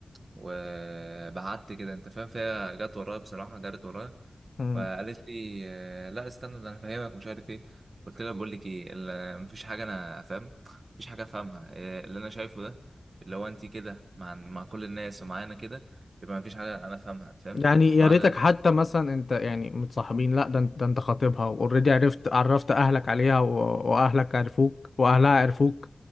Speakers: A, on the right; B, on the left.
A: وبعدت كده انت فاهم فهي جت ورايا بصراحه جرت ورايا
B: أمم.
A: فقالت لي آه، لا استنى ده انا فاهمك مش عارف ايه قلت لها بقول لك ايه ال- مفيش حاجه انا فاهم مفيش حاجه افهمها آه، اللي انا شايفه ده اللي هو انت كده مع مع كل الناس ومعانا كده يبقى مفيش حاجه انا افهمها فاهم
B: يعني
A: مع
B: يا ريتك
A: ال...
B: حتى مثلا انت يعني متصاحبين لا ده انت ده انت خاطبها واوريدي عرفت عرفت اهلك عليها و- واهلك عرفوك واهلها عرفوك